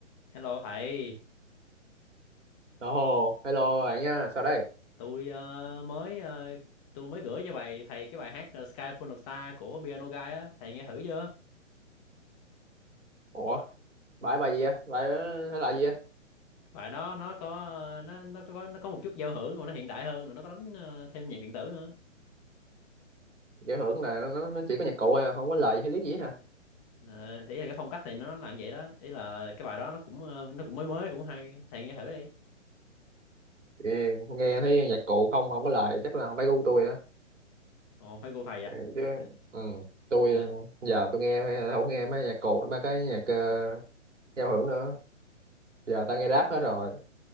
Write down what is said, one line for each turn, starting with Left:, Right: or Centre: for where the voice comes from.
Left: Hello thầy,
Right: Ồ, hello bạn nha, sao đây?
Left: tôi ờ, mới ờ, tôi mới gửi cho bài thầy cái bài hát ờ, Sky Full of Stars của Piano Guy á, thầy nghe thử chưa?
Right: Ủa, bài bài gì á? Bài ờ, thể loại gì á?
Left: Bài đó nó có ờ, nó nó có nó có một chút giao hưởng mà nó hiện đại hơn rồi nó có đánh ờ, thêm nhạc điện tử nữa.
Right: Giải thưởng là nó, nó chỉ có nhạc cụ thôi, à, không có lời hay lý gì hết hả?
Left: Uh, ý là cái phong cách thì nó là như vậy đó, ý là cái bài đó nó cũng ờ, nó cũng mới mới cũng hay, thầy nghe thử đi.
Right: Thì nghe thấy nhạc cụ không, không có lời chắc là không phải gu tôi á.
Left: Ồ phải cô thầy
Right: Ừ,
Left: à.
Right: Chứ,
Left: Ờ,
Right: ừ, tôi
Left: ờ,
Right: giờ tôi nghe mấy- không nghe mấy nhạc cụ, mấy cái nhạc ờ, giao hưởng nữa. Giờ tao nghe rap hết rồi.